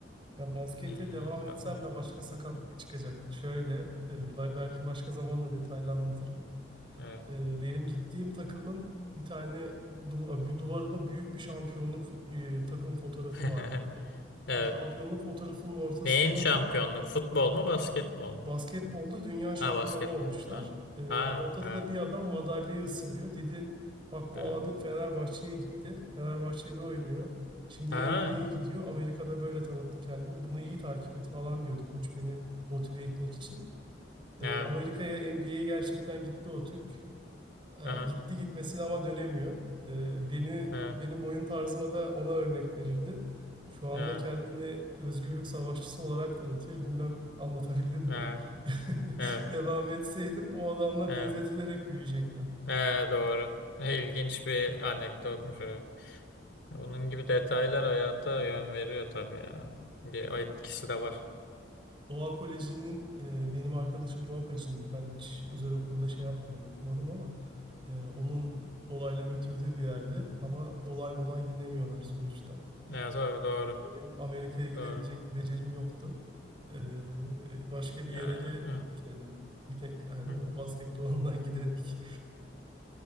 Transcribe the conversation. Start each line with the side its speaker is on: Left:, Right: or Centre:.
Right: Ya baskete
Left: Ee,
Right: devam etsem
Left: bakalım.
Right: de başka sakatlık
Left: Evet.
Right: çıkacak. Şöyle, e, ba- belki başka zaman da detaylı anlatırım.
Left: Evet.
Right: E, benim gittiğim takımın bir tane du bir duvarında büyük bir şampiyonluk fo- e, takım fotoğrafı
Left: <laughs>
Right: vardı.
Left: Evet.
Right: Bu şampiyonluk fotoğrafının ortasında
Left: Neyin şampiyonluk?
Right: da
Left: Futbol mu, basketbol mu?
Right: Basketbolda dünya şampiyonu
Left: Ha, basketbol.
Right: olmuşlar.
Left: Ha,
Right: Ee,
Left: ha,
Right: ortada
Left: ha,
Right: da bir adam madalyayı ısırıyor. Dedi bak
Left: ha.
Right: bu abin Fenerbahçe'ye gitti. Fenerbahçe'de oynuyor. Şimdi
Left: Ha.
Right: NBA'ye gidiyor. Amerika'da böyle tanıttı kendini. Bunu iyi takip et falan diyordu koç beni motive etmek için. Ee,
Left: Ha.
Right: Amerika'ya NBA'ye gerçekten gitti o Türk. E,
Left: Aha.
Right: gitti gitmesine ama dönemiyor. E, beni
Left: Ha.
Right: benim oyun tarzıma da ona örnek verirdi. Şu anda
Left: Ha.
Right: kendini özgürlük savaşçısı olarak tanıtıyor. Bilmem anlatabildim mi?
Left: Evet,
Right: <laughs>
Left: evet,
Right: Devam etseydim o adamla
Left: evet,
Right: benzetilerek büyüyecektim.
Left: evet, doğru. E, İlginç bir anekdotmuş. Evet. Bunun gibi detaylar hayata yön veriyor tabii ya. Bir etkisi de var.
Right: Doğa Koleji'nin e, benim arkadaşım Doğa Koleji'ndeydi. Ben hiç özel okulda şey yapmadım, okumadım ama e, onun dolaylı götürdüğü bir yerde ama dolay molay dinlemiyorlar sonuçta.
Left: Evet, tabii doğru,
Right: Benim Amerika'ya gidebilecek
Left: doğru.
Right: bir becerim yoktu. Ee, başka bir yere
Left: Evet,
Right: de
Left: evet.
Right: gitmedim. Gide, yani
Left: Hı hı.
Right: o baskette olandan <laughs> giderek.